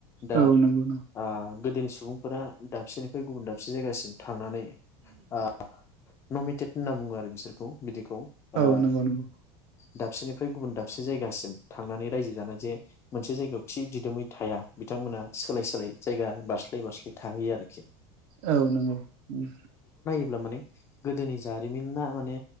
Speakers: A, on the left (about 20°); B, on the right (about 45°).
A: दा
B: औ नंगौ
A: आ। गोदोनि सुबुंफोरा दाबसिनि बे गुबुन दाबसे जायगासिम थांनानै ओ नमिटेद होनना बुङो आरो सोरखौ बिदि खौ ओ
B: नंगौ औ नंगौ नंगौ
A: दाबसेनिफ्राय गुबुन दाबसे जायगासिम थांनानै रायजो जानाय जे, मोनसे जायगायाव थि दिदोमै थाया बिथांमोनहा सोलाय सोलाय जायगा बारस्लाय बारस्लाय थाहैयो आरोखि।
B: औ नंगौ उम।
A: ब्ला माने गोदोनि जारिमिनना माने